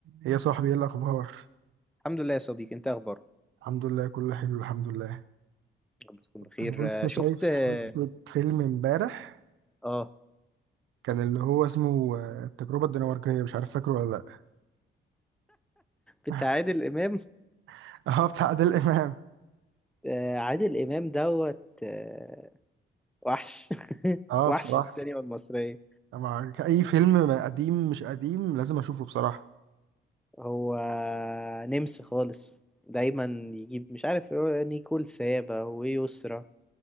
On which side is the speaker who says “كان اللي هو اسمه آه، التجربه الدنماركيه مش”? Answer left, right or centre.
Right